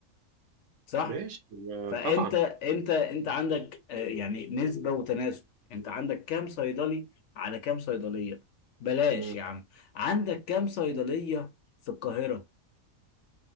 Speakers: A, on the left; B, on the right.
A: صح
B: ماشي آه،
A: فانت
B: طبعا
A: انت انت عندك آه، يعني نسبه وتناسب انت عندك كام صيدلي على كام صيدليه بلاش
B: مم.
A: يا عم عندك كام صيدليه في القاهره